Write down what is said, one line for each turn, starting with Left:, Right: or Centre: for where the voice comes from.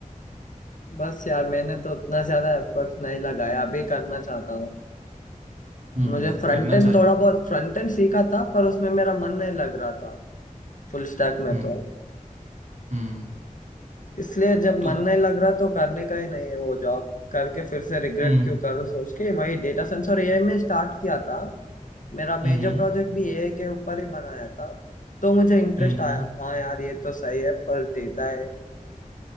Left: बस यार मैंने तो उतना ज्यादा एफर्ट नहीं लगाया अभी करना चाहता हूँ
Right: हम्म
Left: मुझे फ्रंट
Right: करना
Left: एंड
Right: चाहते
Left: थोड़ा बहुत फ्रंट एंड सीखा था पर उसमें मेरा मन नहीं लग रहा था फुल स्टैक में
Right: हम्म
Left: तो
Right: हम्म
Left: इसलिए जब
Right: तो
Left: मन नहीं लग रहा तो करने का ही नहीं है वो जॉब करके फिर से रिग्रेट
Right: हम्म
Left: क्यों करूँ सोच के वही डेटा साइंस और एआई में स्टार्ट किया था मेरा
Right: हम्म
Left: मेजर
Right: हम्म
Left: प्रोजेक्ट भी एआई के ऊपर ही बनाया था तो मुझे इंटरेस्ट
Right: हम्म
Left: आया हाँ यार ये तो सही है पर डेटा है